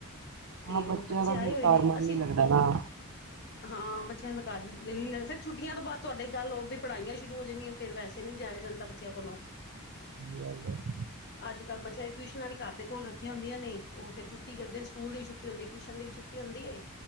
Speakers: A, on the left; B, on the right.
A: ਤੇ,
B: ਹਾਂ
A: ਉਹ
B: ਬੱਚਿਆਂ
A: ਬੱਚੇ
B: ਦਾ
A: ਆਏ
B: ਫਿਰ
A: ਹੋਏ
B: ਘਰ
A: ਨੇ,
B: ਮਨ
A: ਅਸੀਂ
B: ਨੀ ਲੱਗਦਾ ਨਾ
A: ਹਾਂ, ਬੱਚਿਆਂ ਦਾ ਘਰ ਦਿਲ ਨੀ ਫੇਰ ਛੁੱਟੀਆਂ ਤੋਂ ਬਾਅਦ, ਤੁਹਾਡੇ ਗੱਲ ਹੋ ਵੀ ਪੜ੍ਹਾਈਆਂ ਸ਼ੁਰੂ ਹੋ ਜਾਂਦੀਆਂ, ਫੇਰ ਵੈਸੇ ਨੀ ਜਾਇਆ ਜਾਂਦਾ, ਬੱਚਿਆਂ ਕੋਲੋਂ।
B: <unintelligible>
A: ਅੱਜ ਕੱਲ ਬੱਚਿਆਂ ਦੀ ਟਿਊਸ਼ਨਾਂ ਵੀ ਘਰ ਦੇ ਕੋਲ ਰੱਖੀਆਂ ਹੂੰਦੀਆਂ ਨਹੀਂ ਉਹ ਫੇਰ ਛੁਟੀ ਕਰਦੇ ਸਕੂਲ ਦੀ ਛੁੱਟੀ ਹੁੰਦੀ ਟਿਊਸ਼ਨ ਦੀ ਛੁੱਟੀ ਹੁੰਦੀ ਏ।